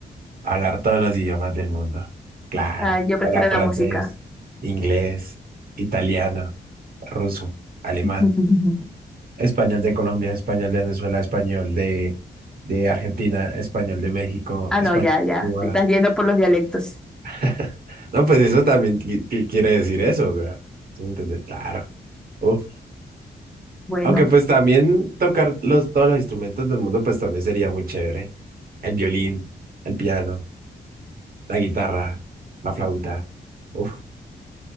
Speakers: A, on the right; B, in the centre.
A: Hablar todos los idiomas del mundo. Claro.
B: Ah, yo prefiero
A: Hablar francés,
B: la música.
A: inglés, italiano, ruso, alemán,
B: <laughs>
A: español de Colombia, español de Venezuela, español de, de Argentina, español de México,
B: Ah, no,
A: español
B: ya,
A: de
B: ya.
A: Cuba.
B: Te estás yendo por los dialectos.
A: <laughs> No, pues eso también qui- qui- quiere decir eso, o sea, ¿sí me entiendes? Claro. Uf.
B: Bueno,
A: Aunque pues también tocar los, todos los instrumentos del mundo pues también sería muy chévere. El violín, el piano, la guitarra, la flauta. Uf.